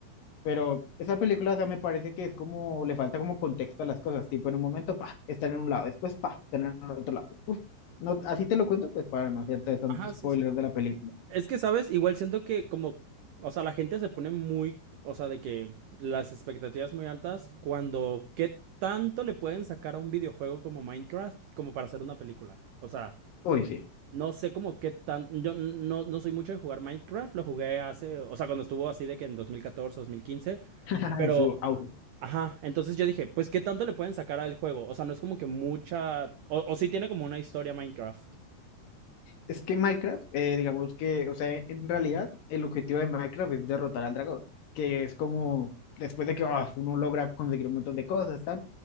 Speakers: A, on the left; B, on the right.
A: Pero esa película, o sea, me parece que es como, le falta como contexto a las cosas, tipo en un momento, pa, están en un lado, después, pa, están en el otro lado. Uf, no, así te lo cuento, pues para no hacerte tanto
B: ajá,
A: spoiler
B: sí, sí.
A: de la película.
B: Es que, ¿sabes? Igual siento que como, o sea, la gente se pone muy, o sea, de que las expectativas muy altas cuando, ¿qué tanto le pueden sacar a un videojuego como Minecraft como para hacer una película? O sea...
A: Uy, sí,
B: No sé como qué tan... Yo no, no soy mucho de jugar Minecraft, lo jugué hace, o sea, cuando estuvo así de que en dos dos mil catorce dos mil quince
A: <laughs>
B: pero...
A: en su auge.
B: Ajá, entonces yo dije, pues qué tanto le pueden sacar al juego, o sea, no es como que mucha... O, o sí tiene como una historia Minecraft.
A: Es que Minecraft, eh, digamos que, o sea, en realidad el objetivo de Minecraft es derrotar al dragón, que es como después de que ah, uno logra conseguir un montón de cosas, tal,